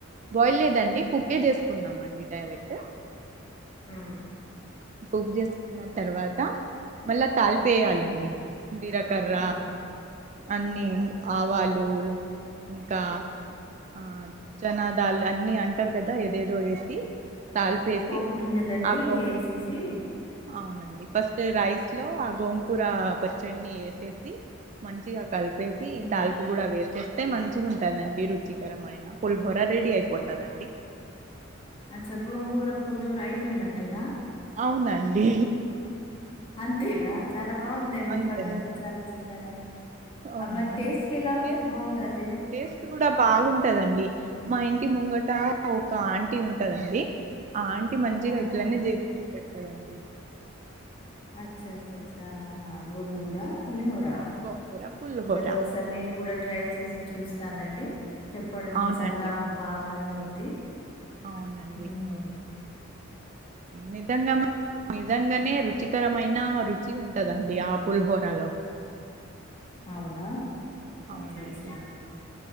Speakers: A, on the right; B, on the left.
A: బాయిల్ లేదండి కుక్కే చేసుకున్నామ అండి డైరెక్ట్
B: హమ్
A: కుక్ చేసుకున్న తర్వాత మళ్ళా తాళపు వెయ్యాలండి జీలకర్ర
B: ఆ
A: అన్ని ఆవాలు ఇంకా ఆ జనా దాలు అన్ని అంటారు కదా ఏదేదో వేసి తాలిపేసి
B: పోపు గింజలన్నీ
A: ఆ గో
B: వేసేసి
A: అవునండి ఫస్ట్ రైస్ ఇట్ లో ఆ గోకూర పచ్చడిని వేసేసి మంచిగా కలిపేసి ఈ
B: ఉమ్
A: తలుపు కూడా వేసేసి స్తే మంచిగా ఉంటదండి రుచికరమయిైన పుల్హోర రెడీ అయిపోతుందండి
B: అచ్చా గోంగూర పులిహోర అయిపోయినట్టేనా
A: అవునండి
B: అంతేనా చాలా బాగుందండి
A: అంతేనా
B: పద్ధతి చాలా చిన్నగా
A: అవునా
B: ఆ మరి
A: అండి
B: టేస్ట్ కి ఎలా ఉంటది
A: టేస్ట్
B: బాగుంటది
A: టేస్ట్ కూడా బాగుంటదండి మా ఇంటి ముంగట ఒక ఆంటీ ఉంటదండి ఆ ఆంటీ మంచిగా
B: ఆహా
A: ఇట్లనే చేపి చూ చేస్తదండి
B: అచ్చ అచ్చా గోంగూర, పులిహోర
A: గోంగూర పులిహోర
B: సలు ఒకసారి నేను కూడా ట్రై చేసి చూస్తానండి చెప్పడానికి
A: అవునండి
B: చాలా బాగానే ఉంది
A: అవునండి
B: ఉహ
A: నిజంగా నిజంగానే రుచికరమైన రుచి ఉండదండి ఆ పులుహోరలో
B: అవునా
A: అవునండి
B: అచ్చచ్చ